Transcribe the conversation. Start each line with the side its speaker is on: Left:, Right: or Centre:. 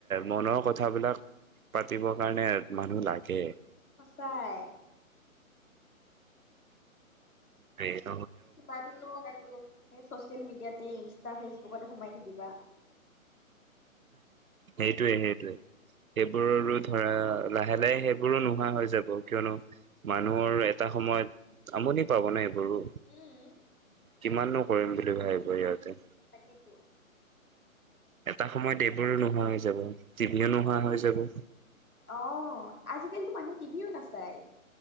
Right: মনৰ কথা। কথাবিলাক পাতিবৰ কাৰণে মানুহ লাগে।
Left: সঁচাই।
Right: স <unintelligible>
Left: কিমাননো আৰু চচিয়েল মিডিয়াতে ইনষ্টা ফেচবুকতে সোমাই থ। কিবা।
Right: সেইটোৱে সেইটোৱে। সেইবোৰৰো ধৰা লাহে লাহে সেইবোৰো
Left: অ অ
Right: নোহোৱা হৈ যাব। কিয়নো মানুহৰ এটা সময়ত আমনি পাব ন। গ
Left: উম
Right: কিমানো। কৰিম বুলি ভাবিব সিহঁতে।
Left: তাকেইটো।
Right: এটা সময়ত এইবোৰো নোহোৱা হৈ যাব টিভিও নোহোৱা হৈ যাব।
Left: আহ আজিকালিতো মানুহে টিভিও নাচায়।